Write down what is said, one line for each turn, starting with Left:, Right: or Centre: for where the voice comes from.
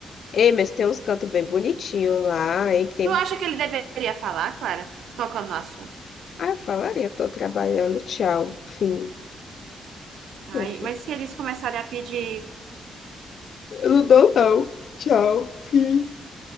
Left: Ei, mas tem uns cantos bem bonitinhos lá, hein? Que tem...
Right: Tu acha que ele deveria falar, Clara? Tocando no assunto.
Left: Ah, eu falaria, tô trabalhando, tchau, fim.
Right: Ai,
Left: Meu filho.
Right: mas se eles começarem a pedir,
Left: Eu não dou, não. Tchau, fim.